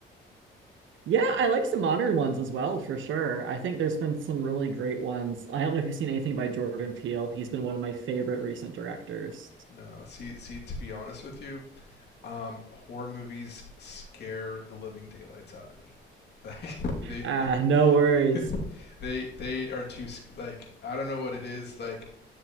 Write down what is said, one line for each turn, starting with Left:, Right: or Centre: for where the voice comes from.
Right: yeah, I like some modern ones as well for sure. I think there's been some really great ones. I don't know if you've seen anything by Jordan Peele. He's been one of my favorite recent directors.
Left: No, see, see, to be honest with you, um, horror movies scare the living daylights out of me. <laughs> Like they, they,
Right: Ah, no worries.
Left: they, they are too like I don't know what it is. Like,